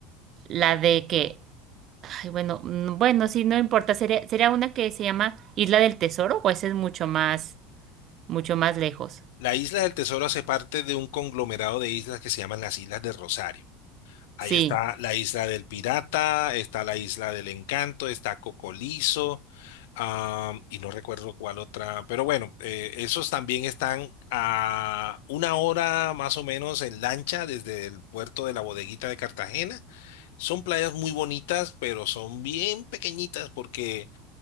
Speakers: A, on the right (about 50°); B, on the left (about 75°).
A: la de que, ay, bueno, mm, bueno, sí, no importa. Sería, sería una que se llama Isla del Tesoro, o esa es mucho más, mucho más lejos.
B: La isla del Tesoro hace parte de un conglomerado de islas que se llaman las Islas de Rosario. Ahí
A: Sí.
B: está la isla del pirata, está la isla del encanto, está Cocolizo, am, y no recuerdo cuál otra, pero bueno, eh, esos también están a una hora más o menos en lancha desde el puerto de la Bodeguita de Cartagena. Son playas muy bonitas, pero son bien pequeñitas porque